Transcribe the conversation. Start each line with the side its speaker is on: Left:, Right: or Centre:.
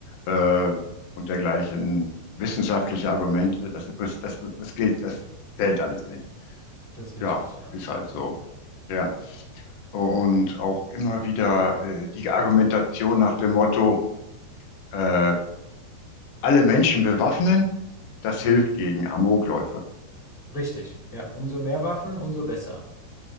Left: äh, und dergleichen, wissenschaftliche Argumente, das, interess- das, das, das gilt, das zählt alles nicht.
Centre: Das ist richtig,
Left: Ja,
Centre: ja.
Left: ist halt so. Ja. Und auch immer wieder äh, die Argumentation nach dem Motto, äh, alle Menschen bewaffnen, das hilft gegen Amokläufe.
Centre: Richtig, ja. Umso mehr Waffen, umso besser.